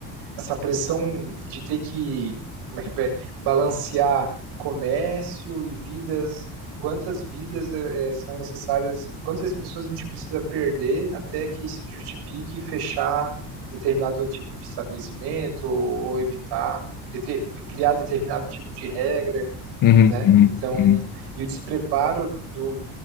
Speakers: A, on the right; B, on the left.
A: essa pressão de ter que, como é que é, balancear comércio e vidas, quantas vidas é, é, são necessárias, quantas pessoas a gente precisa perder até que se justifique fechar determinado tipo de estabelecimento ou, ou evitar, dete- criar determinado tipo de regra
B: uhum,
A: né?
B: uhum,
A: Então,
B: uhum.
A: e o despreparo do,